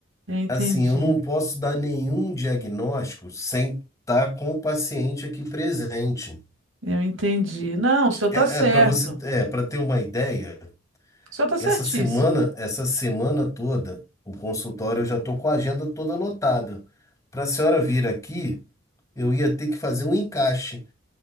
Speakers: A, on the right (about 80°); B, on the left (about 15°).
A: eu entendi.
B: Assim, eu não posso dar nenhum diagnóstico sem estar com o paciente aqui presente.
A: Eu entendi. Não, o senhor tá
B: É,
A: certo.
B: para você, é, para ter uma ideia,
A: O senhor tá certíssimo.
B: essa semana, essa semana toda, o consultório eu já estou com a agenda toda lotada. Para a senhora vir aqui, eu ia ter que fazer um encaixe.